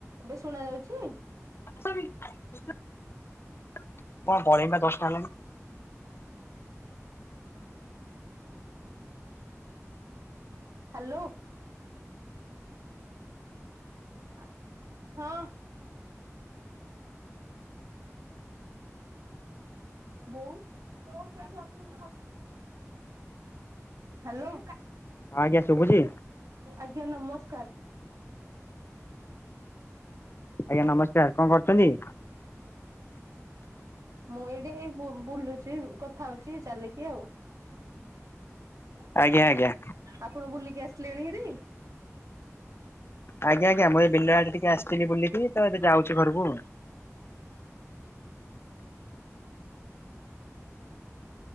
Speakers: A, on the right; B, on the left.
A: ଏବେ ଶୁଣା ଯାଉଛି।
B: କଣ ପଳେଇଲା ଦଶଟା ହେଲାଣି।
A: ହାଲୋ। ଆ ହଁ। ବୋଉ। ହାଲୋ
B: ଆଜ୍ଞା ଶୁଭୁଛି
A: ଆଜ୍ଞା ନମସ୍କାର।
B: ଆଜ୍ଞା ନମସ୍କାର କଣ କରୁଛନ୍ତି?
A: ମୁଁ ଏଇଠି ହେଇ ବୁ-ବୁଲୁଛି କଥା ହଉଛି ଚାଲିକି ଆଉ। <inaudible>
B: ଆଜ୍ଞା ଆଜ୍ଞା।
A: ଆପଣ ବୁଲିକି ଆସିଲେଣି ହେରି।
B: ଆଜ୍ଞା ଆଜ୍ଞା ମୁଁ ଏ ବିଲ ଆଡେ ଟିକେ ଆସିଥିଲି। ବୁଲିକି ତ ଏବେ ଯାଉଛି ଘରକୁ।